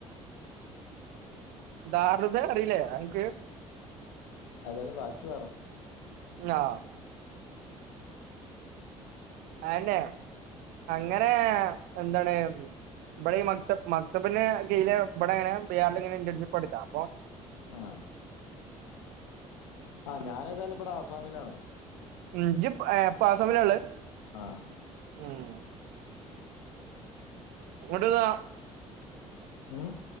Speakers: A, on the right; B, on the left.
A: ധാറുതേനെ അറിയില്ലേ അനക്ക്
B: അതെല്ലാം ബാക്കി പറ
A: ആഹ് അയന്നെ അങ്ങനെ എന്താണ് ഇവിടെ ഈ മക്തബ് മക്തബിന്റെ കീഴില് ഇവിടെങ്ങനെ ബിയാളിലിങ്ങനെ കെട്ടി പടുക്കാം
B: ആഹ് ആഹ് ഞാനേതാലും ഇവിടെ ആസാമിലാണ്
A: ഉം ജ്ജ് പ്പൊ ഏ ഹ് പ്പൊ ആസാമിലാ ഉള്ളത്
B: ആഹ്
A: ഉം <inaudible> അങ്ങോട്ട്താ
B: ഉം